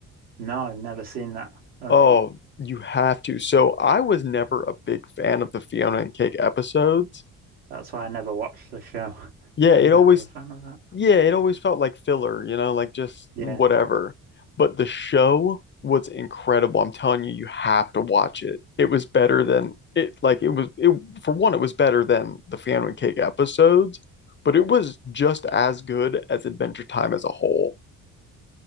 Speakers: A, on the right; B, on the left.
A: no, I've never seen that. Only
B: Oh, you have to. So I was never a big fan of the Fiona and Cake episodes.
A: that's why I never watched the show. <laughs>
B: Yeah,
A: I
B: it
A: was
B: always
A: never a fan of that.
B: yeah, it always felt like filler, you know, like just
A: Yeah,
B: whatever. But the show was incredible. I'm telling you, you have to watch it. It was better than it like it was it for one, it was better than the Fiona and Cake episodes, but it was just as good as Adventure Time as a whole.